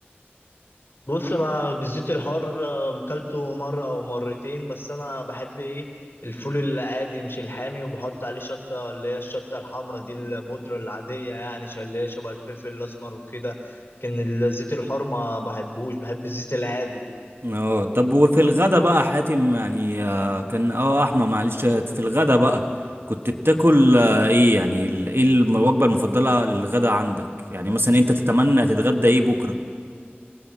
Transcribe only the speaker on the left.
بص انا بالزيت الحار آه، كلته مره او مرتين بس انا بحب ايه الفول العادي مش الحامي وبحط عليه شطه اللي هي الشطه الحمراء دي البودره العاديه يعني ش- اللي هي شبه الفلفل الاسمر وكده لكن الزيت الحار ما بحبوش بحب الزيت العادي